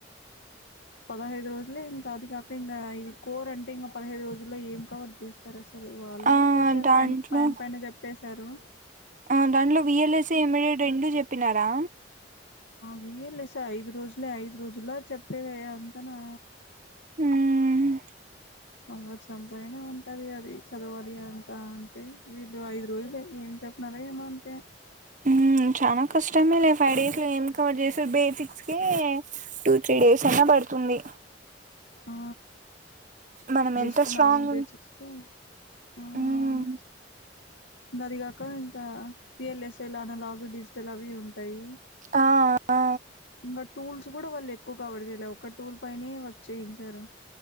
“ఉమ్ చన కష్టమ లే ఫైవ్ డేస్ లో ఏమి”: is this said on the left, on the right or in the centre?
Right